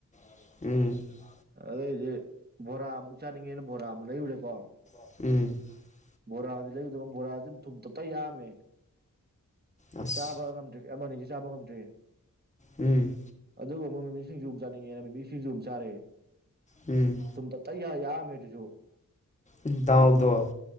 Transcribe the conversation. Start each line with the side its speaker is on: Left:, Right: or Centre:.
Left: <unintelligible>
Right: ꯑꯗꯨꯗꯩ ꯑꯩꯁꯦ ꯕꯣꯔꯥ ꯑꯃꯨꯛ ꯆꯥꯅꯤꯡꯉꯦꯅ ꯕꯣꯔꯥ ꯑꯃꯨꯛ ꯂꯩꯔꯨꯔꯦꯀꯣ
Left: <inaudible>
Right: ꯕꯣꯔꯥꯗꯤ ꯂꯩꯕꯗ ꯕꯣꯔꯥꯁꯦ ꯊꯨꯝ ꯇꯞꯇꯥꯏ ꯌꯥꯛꯑꯝꯃꯦ
Left: ꯑꯁ
Right: ꯆꯥꯕ ꯉꯝꯗ꯭ꯔꯦ ꯑꯃ ꯑꯅꯤꯗꯩ ꯆꯥꯕ ꯉꯝꯗ꯭ꯔꯦ
Left: ꯎꯝ
Right: ꯑꯗꯨꯒ ꯑꯃꯣꯛ ꯃꯤꯃꯤ ꯁꯤꯡꯖꯨ ꯆꯥꯅꯤꯡꯉꯦꯅ ꯃꯤꯃꯤ ꯁꯤꯡꯖꯨ ꯑꯃꯨꯛ ꯆꯥꯔꯦ
Left: ꯎꯝ
Right: ꯊꯨꯝ ꯇꯞ ꯇꯥꯏ ꯌꯥ ꯌꯥꯛ ꯑꯝꯃꯦ ꯑꯗꯨꯁꯨ
Left: ꯗꯥꯎꯗꯣ